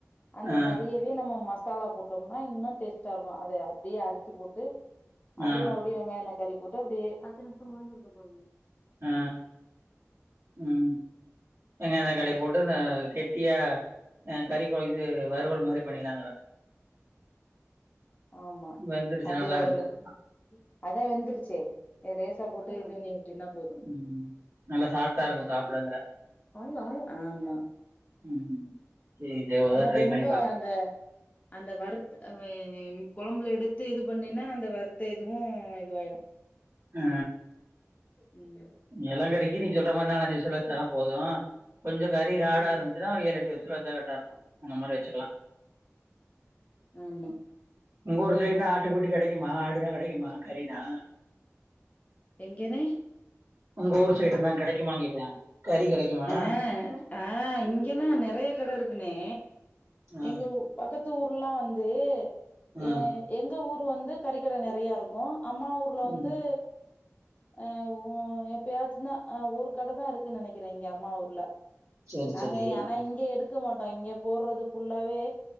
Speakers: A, on the left; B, on the right.
A: அந்த
B: ஆ
A: கறிய வே நம்ம மசாலா போட்டோம்னா இன்னு டேஸ்ட்டா இருக்கு அத அப்டியே அரிச்சு போட்டு அப்டியே
B: ஆ
A: மறுபடியு வெங்காய தக்காளி போட்டு அப்டியே பத்து நிம்ஷ முடிஞ்சதுக்கு அப்பறமா
B: ஆ ம் வெங்காய தக்காளி
A: ஆ
B: போட்டு நா கெட்டியா அ கறிக் கொ இது வறுவல் மாரி பண்ணிர்லாங்குறே
A: ஆமா
B: வெந்துருச்சு
A: அப்டியே
B: நல்லா
A: வறுவல்
B: வெந்துருச்சு
A: அதா வெந்துருச்சே ஏ லேசா போட்டு இது வண்ணி விட்டினா போது
B: ம் நல்லா சாஃப்டா இருக்கும் சாப்டங்கற
A: ம் ஆமா
B: ம் சரி சரி ஒரு
A: ஆனா
B: தடவ ட்ரை
A: ரொம்ப
B: பண்ணி பாப்
A: அந்த அந்த வறுத்து அவே கொழம்புல எடுத்து இது பண்ணினா அந்த வறுத்த இதுவு இதுவாயிரு
B: ஆ
A: ம்
B: எளங்கரிக்கு நீ சொல்ற மாரி நாலஞ்சு விசில் வச்சாலா போது கொஞ்ச கறி ஹாடா
A: ம்
B: இருந்துச்சு சுனா ஒரு ஏழெட்டு விசில் வச்சா கரெக்டா இருக்கு அந்த மாரி வச்சுக்கலா
A: ஆமா
B: உங்க ஊர் சைடுனா ஆட்டுக்குட்டி கெடைக்குமா ஆடுனா கெடைக்குமா கறினா
A: எங்கணே
B: உங்க ஊர் சைடு தா கெடைக்குமாங் கேக்குறே கறி கெடைக்குமா
A: ஆ ஆ இங்கெனா நெறைய கட இருக்குணே
B: ஆ
A: எங்க ஊ பக்கத்து ஊர்லா வந்து
B: ஆ
A: ஏ எங்க ஊரு வந்து கறிக்கட நெறையா இருக்கு அம்மா ஊர்ல
B: ம்
A: வந்து ஆ உ ஓ எப்பயாச்சுந்தா அ ஒரு கட தா இருக்குன் நெனைக்கிறே இங்க அம்மா ஊர்ல
B: சரி
A: நாங்க
B: சரி
A: ஆனா இங்க எடுக்க மாட்டோ இங்க போட்றது ஃபுல்லாவே